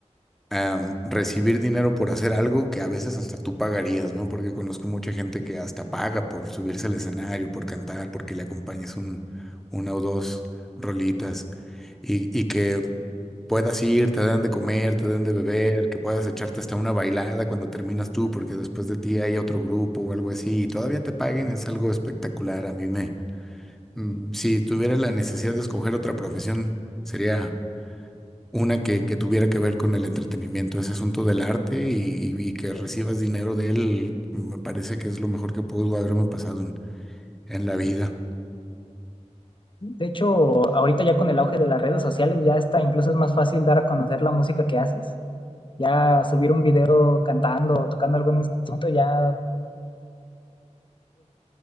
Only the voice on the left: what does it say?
de hecho, ahorita ya con el auge de las redes sociales, ya está, incluso es más fácil dar a conocer la música que haces. Ya subir un video cantando o tocando algún instrumento, ya.